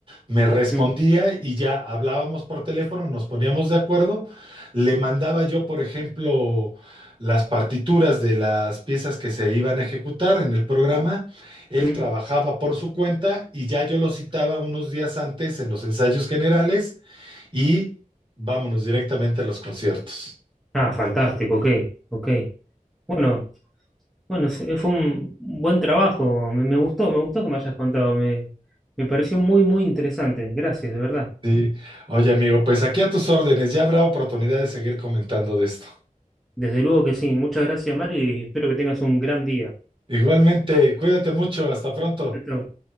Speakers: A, on the right (about 35°); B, in the centre.
A: me respondía
B: Mm,
A: y ya hablábamos por teléfono, nos poníamos de acuerdo, le mandaba yo, por ejemplo, las partituras de las piezas que se iban a ejecutar en el programa, él
B: mm.
A: trabajaba por su cuenta y ya yo lo citaba unos días antes en los ensayos generales y vámonos directamente a los conciertos.
B: Ah, fantástico, ok, ok. Bueno. Bueno, se- fue un buen trabajo, me, me gustó, me gustó que me hayas contado, me, me pareció muy, muy interesante. Gracias, de verdad.
A: Sí. Oye, amigo, pues aquí a tus órdenes, ya habrá oportunidad de seguir comentando de esto.
B: Desde luego que sí, muchas gracias, Mario, y espero que tengas un gran día.
A: Igualmente, cuídate mucho, hasta pronto.
B: Chau, chau.